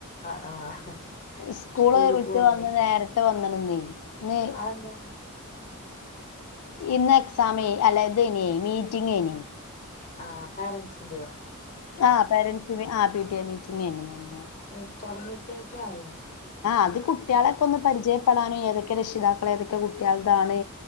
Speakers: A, on the left (about 35°); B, on the left (about 85°).
A: അ ആഹ്
B: സ്കൂള്
A: ആഹ്
B: വിട്ട്
A: പോണില്ല
B: വന്ന് നേരത്തെ വന്ന്ണ് ന്നേ ന്ന് നീ
A: അതെന്താ
B: ഇന്ന് എക്സാ അല്ല തയ്നി മീറ്റിംഗ് എനി
A: ആഹ് പോരൻസിന്റെയോ
B: ആഹ് പേരെന്റ്സ് ആഹ് പി ടി മീറ്റിംഗ് ആയിരുന്നു ഇന്ന്
A: അത് തുടങ്ങിയപ്പഴേക്കയി
B: അത് കുട്ടികളെൊക്കെ ഒന്ന് പരിചയപ്പെടാനും ഏതൊക്കെ രക്ഷിതാക്കൾ ഏതൊക്കെ കുട്ടികളതാണ്